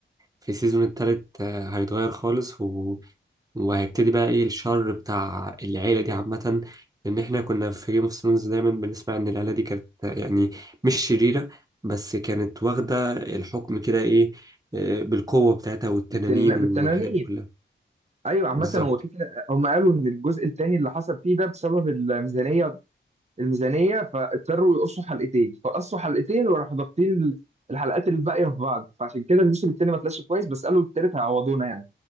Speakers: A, on the right (about 20°); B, on the right (about 35°).
A: في السيزون التالت آه، هيتغير خالص و... وهيبتدي بقى إيه الشر بتاع العيلة دي عامة لأن إحنا كنا في جيم اوف ثرونز دايما بنسمع إن العيلة دي كانت آه، يعني مش شريرة بس كانت واخدة الحكم كده إيه آه، بالقوة بتاعتها والتنانين
B: بالتن... بالتنانين
A: والحاجات دي كلها
B: ايوه عامه
A: بالظبط
B: هو في كده هم قالوا ان الجزء الثاني اللي حصل فيه ده بسبب الميزانيه الميزانيه فاضطروا يقصوا حلقتين فقصوا حلقتين وراحوا ضاغطين ال- الحلقات الباقيه في بعض فعشان كده الموسم الثاني ما طلعش كويس بس قالوا الثالث هيعوضونا يعني